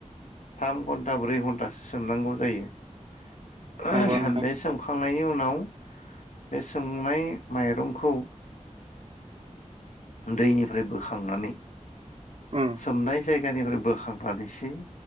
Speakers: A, on the left; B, on the right.
A: थाम घन्टा ब्रै घन्टासो सोमनांगौ जायो
B: नंगौ नोंथां
A: बे सोमखांनायनि उनाव बे सोमनाय माइरंखौ दैनिफ्राय बोखांनानै
B: उम
A: सोमनाय जायगानिफ्राय बोखांनानैसो